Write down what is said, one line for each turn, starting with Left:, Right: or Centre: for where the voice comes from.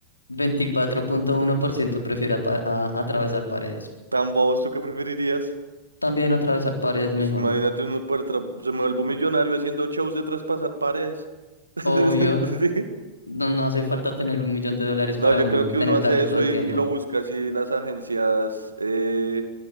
Left: Veinticuatro punto uno por ciento prefiere apa- a- atravesar paredes.
Right: Tan bobos, ¿tú qué preferirías?
Left: También atravesar paredes
Right: Pues
Left: mejor.
Right: imagínate uno poder tra- se me vuelve millonario haciendo shows de traspasar paredes. <laughs>
Left: Obvio,
Right: Sí.
Left: no, no hace falta tener un millón de dólares
Right: No,
Left: para
Right: yo
Left: uno
Right: creo que
Left: tener
Right: uno hace
Left: plata
Right: eso
Left: todo el
Right: y,
Left: tiempo.
Right: y lo busca así las agencias eh,